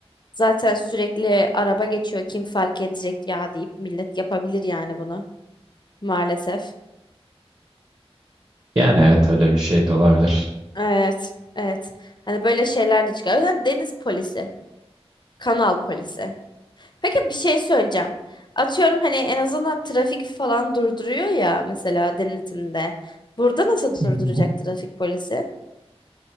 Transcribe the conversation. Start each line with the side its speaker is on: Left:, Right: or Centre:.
Left: Zaten sürekli araba geçiyor kim fark edecek ya deyip millet yapabilir yani bunu maalesef.
Right: Yani evet öyle bir şey de olabilir.
Left: Evet, evet. Hani böyle şeyler de çıkıyor. O yüzden deniz polisi, kanal polisi. Peki bir şey söyleyeceğim. Atıyorum hani en azından trafik falan durduruyor ya mesela denetimde. Burada nasıl
Right: Hı
Left: durduracak
Right: hı.
Left: trafik polisi?